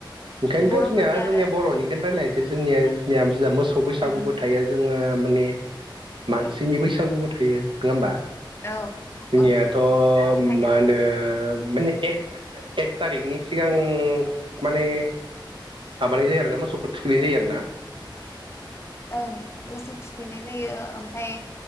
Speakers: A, on the right (about 80°); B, on the left (about 30°).
A: ओंखायनोथ'
B: बर'फोरनि
A: जोंनिया जोंनिया
B: आरो
A: बर'निखौनो रायजलायनोसै जोंनिया जोंनिया मोसौ बैसागुबो
B: उम
A: थायो जोङो माने मानसिनि बैसागुबो थायो नङा होमबा
B: औ
A: जोंनिया
B: औ थायो
A: मा होनो माने एक एक थारिखनि सिगां माने माबानाय जायो आरो ना मोसौखौ थुखैनाय जायो आरो ना
B: ओं मोसौ थुखैनाय जायो ओमफ्राय